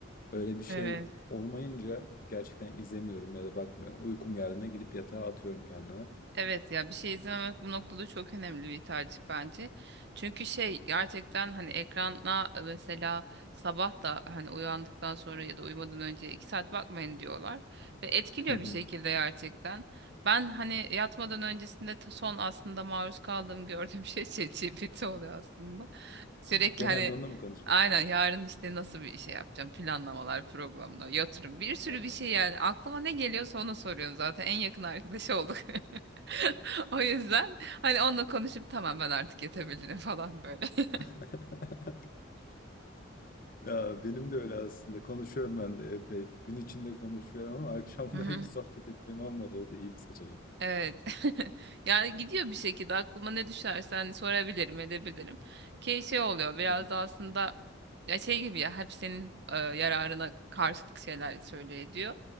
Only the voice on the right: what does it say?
Evet.
Evet ya bir şey izlememek bu noktada çok önemli bir tercih bence. Çünkü şey gerçekten hani ekrana mesela sabah da hani uyandıktan sonra ya da uyumadan önce iki saat bakmayın diyorlar. Ve etkiliyor
bir şekilde gerçekten. Ben hani yatmadan öncesinde t- son aslında maruz kaldığım <laughs> gördüğüm şey ChatGPT oluyor aslında. Sürekli
hani
aynen yarın işte nasıl bir şey yapacağım planlamalar programlar yatırım bir sürü
bir şey yani aklıma ne geliyorsa onu soruyorum zaten en yakın arkadaş olduk. <laughs> <laughs> O yüzden hani onunla konuşup tamam ben artık yetebilirim falan böyle. <laughs>
Hı hı.
Evet. <laughs> Yani gidiyor bir şekilde aklıma ne düşerse hani sorabilirim, edebilirim. Ki şey oluyor biraz
da aslında ya şey gibi ya hep senin e, yararına karşılık şeyler söylüyor ediyor.